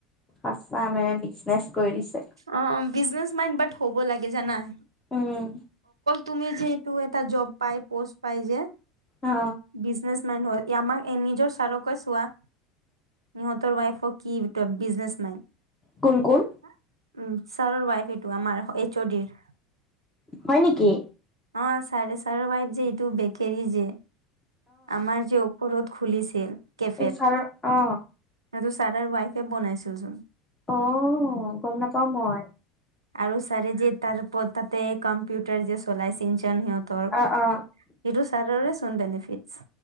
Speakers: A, on the left; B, on the right.
A: আছামে বিজনেচ কৰিছে
B: অ বিজনেচ মাইণ্ড বাট হ'ব লাগে জানাই
A: উম
B: তুমি যিহেতু এটা জব পাই পষ্ট পাই যে
A: অ
B: বিজনেচমেন হল আমাক নিজৰ ছাৰকে চোৱা <unintelligible> ৱাইফক কি, এতিয়া বিজনেছমেন
A: কোন কোন
B: <inaudible> <unintelligible> আমাৰ এইচ, অ, ডি, ৰ
A: হয় নেকি?
B: অ চাৰে চাৰ বাই যে এইটো বেটেৰী যে, আমাৰ যে ওপৰত খুলিছিল। কেফেত
A: এই চাৰৰ অ।
B: <unintelligible> ছাৰৰ ৱাইফে বনাইছিলচোন।
A: অ গম নাপাওঁ মই।
B: আৰু ছাৰে যে তাৰ উপৰত তাতে কম্পিউটাৰ যে চলাইছিল। <unintelligible> <unintelligible> সিহঁতৰ
A: অ অ
B: <unintelligible> ছাৰৰেচোন বেনিফিট।